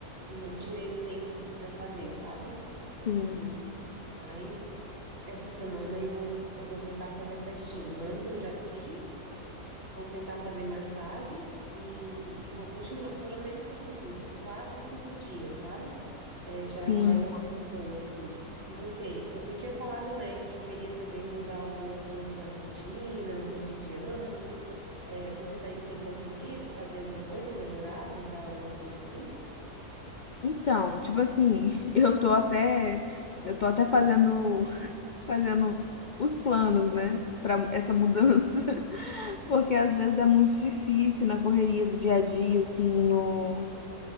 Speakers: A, on the right; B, on the left.
A: e não tirei o tempo assim para fazer, sabe?
B: Sim,
A: E, mas essa semana eu, eu vou tentar fazer certinho. Ontem eu já fiz. Vou tentar fazer mais tarde e, e vou continuar, pelo menos assim, quatro, cinco dias, sabe? É, já,
B: sim.
A: já é uma meta boa, assim. E você, você tinha falado, né, que queria também mudar algumas coisas na rotina, no cotidiano. É, você tá- tem conseguido fazer alguma coisa, melhorar, mudar alguma coisa assim?
B: Então, tipo assim, <laughs> eu tô até eu tô até fazendo
A: Uhum,
B: fazendo os planos, né, Pra essa mudança, <laughs> porque às vezes é muito difícil na correria do dia a dia, assim, no